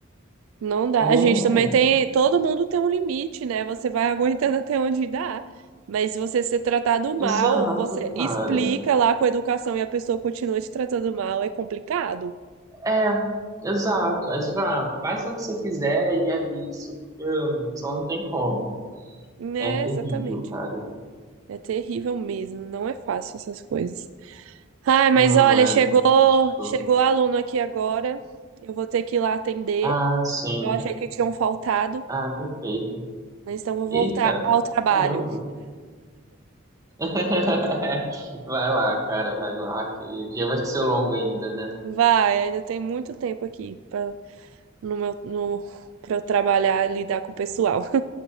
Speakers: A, on the right (about 70°); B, on the right (about 15°).
A: não dá.
B: É,
A: A gente também tem, todo mundo tem um limite, né? Você vai aguentando <laughs> até onde dá. Mas se você ser tratado mal,
B: exato,
A: você
B: cara.
A: explica lá com a educação e a pessoa continua te tratando mal, é complicado,
B: É, exato. Aí você fala, ah, faz o que você quiser e é isso, porque hum, só não tem como.
A: né?
B: É terrível,
A: Exatamente.
B: cara.
A: É terrível mesmo, não é fácil essas coisas. Ai, mas
B: Não,
A: olha, chegou,
B: é. Tipo,
A: chegou aluno aqui agora. Eu vou ter que ir lá atender.
B: ah, sim.
A: Eu achei que tinham faltado,
B: Ah, perfeito.
A: mas então vou voltar
B: Eita,
A: ao trabalho.
B: caramba. <laughs> Vai lá, cara, vai lá, que o dia vai ser longo ainda, né?
A: Vai, ainda tem muito tempo aqui pra, no meu, no, pra eu trabalhar e lidar com o pessoal.